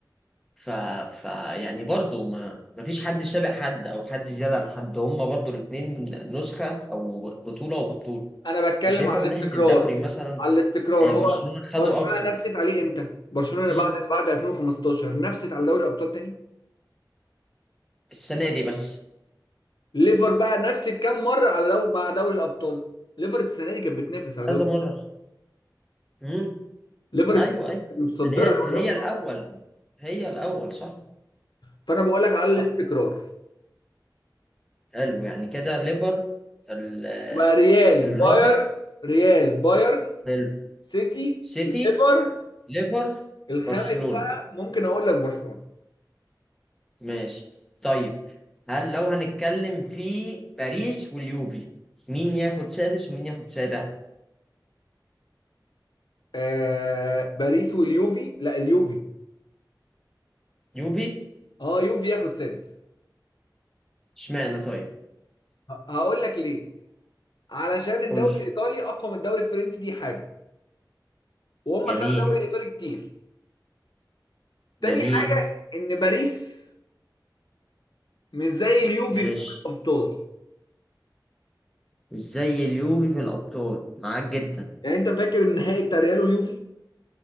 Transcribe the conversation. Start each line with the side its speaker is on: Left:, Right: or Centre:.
Centre: ف... ف يعني برضه ما... ما فيش حد سابق حد أو حد زيادة عن حد هما برضه الاتنين نسخة أو بطولة وبطولة
Left: انا بتكلم
Centre: فشايفها
Left: على الاستقرار
Centre: من ناحية الدوري مثلا
Left: على الاستقرار
Centre: آه،
Left: هو
Centre: برشلونة خدوا
Left: برشلونة
Centre: أكتر
Left: نفست عليه امتى برشلونة
Centre: مم.
Left: بعد بعد 2015 نفست على دوري الابطال تاني
Centre: السنة دي بس
Left: ليفر بقى نفست كام مرة على دوري مع دوري الابطال ليفر السنة دي كانت بتنافس على دوري
Centre: كذا مرة مم.
Left: ليفر
Centre: أيوه
Left: السنة
Centre: أيوه
Left: دي كانت متصدرة
Centre: يعني
Left: دوري
Centre: هي هي
Left: الابطال
Centre: الأول هي الأول صح
Left: فانا بقول لك على
Centre: صح
Left: الاستقرار
Centre: حلو يعني كده ليفر ال-
Left: بقى ريال
Centre: الرابع
Left: بايرن ريال بايرن
Centre: حلو
Left: سيتي
Centre: سيتي
Left: ليفر
Centre: ليفر
Left: الخامس
Centre: برشلونة
Left: بقى ممكن اقول لك برشلونة
Centre: ماشي طيب هل لو هنتكلم في باريس واليوفي مين ياخد سادس ومين ياخد سابع
Left: آه باريس واليوفي لا اليوفي
Centre: يوفي
Left: اه يوفي ياخد سادس
Centre: اشمعنى طيب
Left: ه- هقول لك ليه علشان الدوري
Centre: قول لي
Left: الايطالي اقوى من الدوري الفرنسي دي حاجه وهم
Centre: جميل
Left: خدوا الدوري الايطالي كتير تاني
Centre: جميل
Left: حاجه ان باريس مش زي اليوفي
Centre: ماشي
Left: بتاع الابطال
Centre: مش زي اليوفي في الأبطال معاك جدا
Left: يعني انت فاكر النهائي بتاع ريال ويوفي